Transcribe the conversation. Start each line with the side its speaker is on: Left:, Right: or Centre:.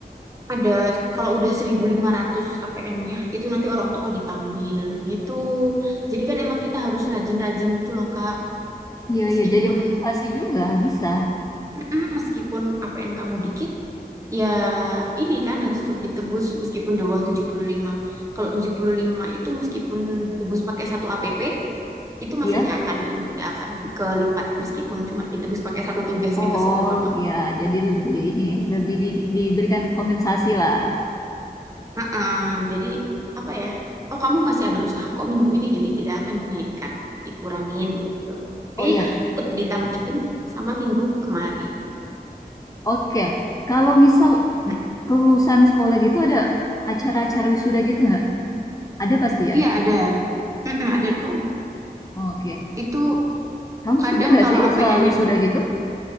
Right: Ada kalau udah 1.500 APN-nya itu nanti orang tua dipanggil gitu. Jadi kan emang kita harus rajin-rajin gitu loh Kak.
Left: iya
Right: Meskipun
Left: iya, jadi motivasi juga, bisa,
Right: <clears throat> meskipun APN kamu dikit ya ini kan harus tetap ditebus meskipun di bawah 75. Kalau 75 itu meskipun ditebus pakai satu APP itu masih
Left: iya?
Right: nggak akan ini, nggak akan kelipat meskipun cuma ditebus pakai satu tugas gitu
Left: Oh,
Right: seumpama.
Left: iya, jadi lebih ini, lebih di diberikan kompensasi lah
Right: Eh, jadi apa ya? Oh, kamu masih ada usaha kok minggu ini, jadi tidak akan dinaikkan, dikurangin gitu. Tapi
Left: Oh iya,
Right: tetap ditambahin sama minggu kemarin.
Left: oke, kalau misal
Right: Mm.
Left: kelulusan sekolah gitu ada acara-acara wisuda gitu nggak? Ada pasti ya?
Right: Iya ada, Mm-mm, ada dong.
Left: Oke.
Right: Itu
Left: Kamu
Right: kadang
Left: setuju nggak
Right: kalau
Left: sih
Right: APN-nya
Left: soal wisuda gitu?